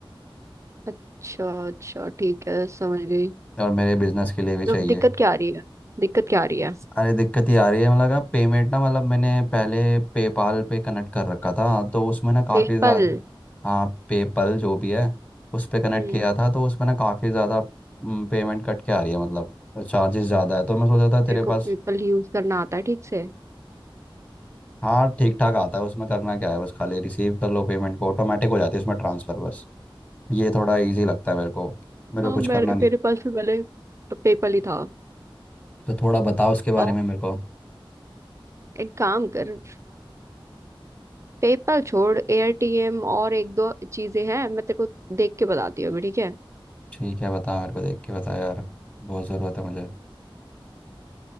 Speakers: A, on the right (about 30°); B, on the left (about 15°).
A: अच्छा अच्छा ठीक है समझ गई
B: और मेरे बिजनेस के लिए भी चाहिए
A: तो दिक्कत क्या आ रही है दिक्कत क्या आ रही है
B: अरे दिक्कत ये आ रही है मतलब ना पेमेंट ना मतलब मैंने पहले पेपाल पे कनेक्ट कर रखा था तो उसमें ना काफ़ी
A: पेपल
B: ज़्यादा हाँ पेपल जो भी है उस पे कनेक्ट
A: हम्म
B: किया था तो उसमें ना काफ़ी ज़्यादा पेमेंट कट के आ रही है मतलब चार्जेस ज़्यादा है तो मैं सोच
A: तेरे
B: रहा था तेरे
A: को
B: पास
A: पेपल यूज करना आता है ठीक से
B: हाँ ठीक ठाक आता है उसमें करना क्या है बस खाली रिसीव कर लो पेमेंट को ऑटोमेटिक हो जाती है उसमें ट्रांसफ़र बस ये थोड़ा इजी लगता है मेरे को मेरे
A: हाँ
B: को कुछ
A: मेरे
B: करना नहीं
A: मेरे पास भी पहले पेपल ही था
B: तो थोड़ा बताओ उसके बारे
A: और
B: में मेरे को
A: एक काम कर पेपल छोड़ एटीएम और एक दो चीजें हैं मैं तेरे को देख के बताती हूँ अभी ठीक है
B: ठीक है बता मेरे को देख के बता यार बहुत ज़रूरत है मुझे